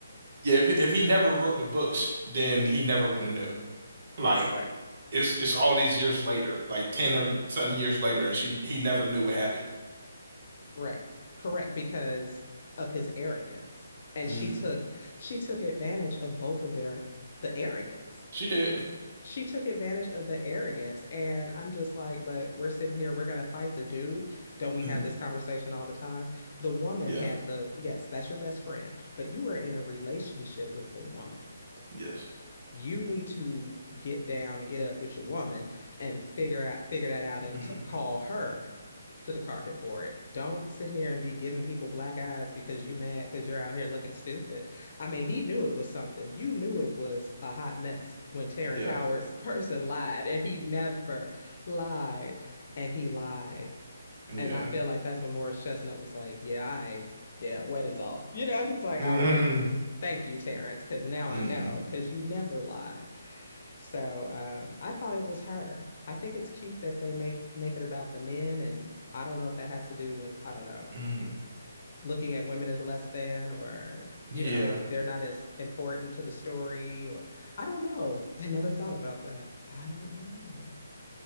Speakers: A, on the right; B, on the left.
A: Yeah, if if he never wrote the books, then he never would have knew. Like
B: Right.
A: it's it's all these years later, like ten or something years later, and she he never knew what happened.
B: Correct. Correct. Because of his arrogance. And
A: Mm,
B: she took she took advantage of both of their the arrogance.
A: she did.
B: She took advantage of the arrogance. And I'm just like, but we're sitting here, we're gonna fight the dude. Don't we
A: Mm,
B: have this conversation all the time? The woman
A: yeah.
B: had the yes, that's your best friend, but you were in a relationship with the woman.
A: Yes.
B: You need to get down and get up with your woman and figure out figure that out and
A: Mm,
B: t- call her to the carpet for it. Don't sit here and be giving people black eyes because you mad because you're out here looking stupid. I mean, he knew it was something. You knew it was a hot mess when Terrence
A: yeah.
B: Howard's <laughs> person lied, and he never lied, and he lied.
A: Yeah.
B: And I feel like that's when Morris Chestnut was like, "Yeah, I, yeah, wedding's off." You know, he's like,
A: Mm,
B: "All right, thank you, Terrence, because now
A: mm,
B: I know because you never lie." So um, I thought it was her. I think it's cute that they make make it about the men, and I don't know if that has to do with, I don't know,
A: mm,
B: looking at women as less than or, you
A: yeah.
B: know, they're not as important to the story or I don't know. I never thought about that. I don't know.